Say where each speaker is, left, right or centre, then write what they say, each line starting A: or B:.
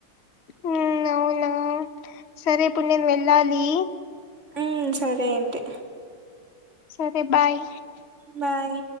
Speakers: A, on the left; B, on the right.
A: ఉ అవునా సరే ఇప్పుడు నేను వెళ్ళాలి
B: ఉ సరే అయితే
A: సరే బాయ్
B: బాయ్